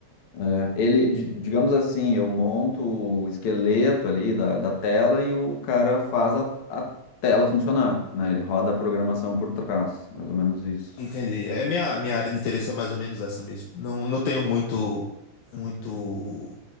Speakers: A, on the left (about 55°); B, on the left (about 75°).
A: É, ele, di- digamos assim, eu monto o esqueleto ali da, da tela e o cara faz a, a tela funcionar, né? Ele roda a programação por trás, mais ou menos isso.
B: Entendi. É minha minha área de interesse é mais ou menos essa mesmo. Não não tenho muito muito